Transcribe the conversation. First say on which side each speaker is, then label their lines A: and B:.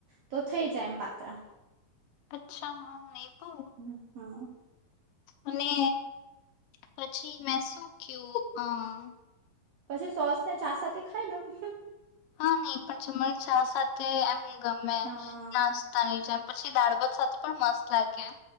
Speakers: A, on the right; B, on the left.
A: તો થઈ જાય એમ પાત્રા.
B: અચ્છા હા મેદુ
A: હા
B: અને પછી મેં શું કયું આમ
A: પછી સોસ ને ચા સાથે ખાઈ લોઉ હમ્મ.
B: હા નહી પણ જમને ચા સાથે એમ ગમે
A: હા
B: નાસ્તાની જેમ. પછી દાળભાત સાથે પણ મસ્ત લાગે.